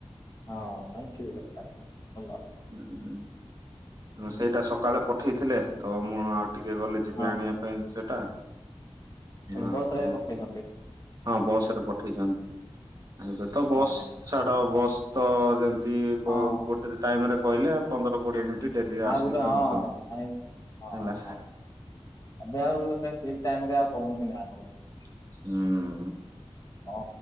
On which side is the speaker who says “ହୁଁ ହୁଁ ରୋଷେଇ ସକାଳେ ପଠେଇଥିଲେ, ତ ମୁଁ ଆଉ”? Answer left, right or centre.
Right